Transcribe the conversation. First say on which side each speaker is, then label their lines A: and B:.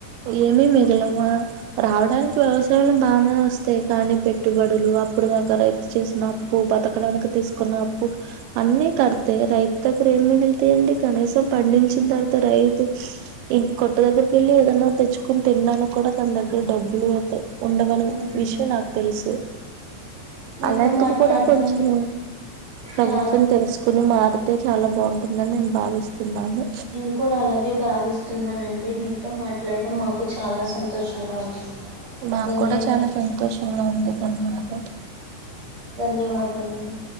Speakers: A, on the right; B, on the right.
A: ఏమి మిగులవ రావడానికి వ్యవస్ బానే వస్తాయి కానీ పెట్టుబడు లు అప్పుడు దాకా రైతు చేసిన అప్పు బతకడానికి తీసుకున్న అప్పు అన్నీ కడితే రైతు దగ్గర ఏం మిగులుతాయిండి కనీసం పండించిన తర్వాత రైతు ఇన్ కొట్టు దగ్గరకి వెళ్ళి ఏదన్నా తెచ్చుకుని తిన్నాడానికి కూడా తన దగ్గర డబ్బులు లేవు ఉండవని
B: హ్మ్.
A: విషయం నాకు తెలుసు
B: మీతో
A: అలాంటిది
B: మాట్లాడడం
A: కూడా కొంచెం ప్రభుత్వం
B: చాలా
A: తెలుసుక్ కొని మారితే చాలా బాగుంటుందని నేను భావిస్తున్నాను
B: నేను కూడా అలాగే బ్రావిస్తున్నండి మీతో మాట్లాడడం మాకు చాలా సంతోషంగా ఉంది
A: మాకు
B: ధన్యవాదాలు.
A: కూడా చాలా సంతోషంగా ఉంది ధన్యవాదాలు
B: ధన్యవాదాలు అండి